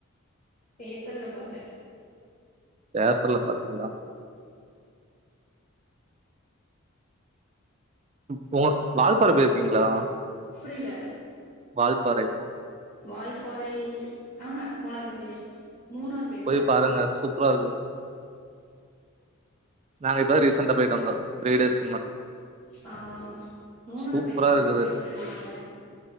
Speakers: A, on the left; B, on the right.
A: பேப்பர்ல பாத்த
B: பேப்பர்ல பாத்தீங்ளா <unintelligible> வால்பாற பொய்ர்கீங்களா
A: புரில
B: வால்பாறை
A: வால்பாறை அஹ போனது கடையாது மூணார் போயிருக்க
B: போய் பாருங்க சூப்பரா இருக்கு நாங்க இப்பதா ரீசண்டா போயிட்டு வந்தோ த்ரீ டேஸ்
A: ஆஹ் மூணாரு
B: சூப்பரா
A: போயிருக்கே
B: இருக்குது
A: கொடைக்கானல் போயிருக்கே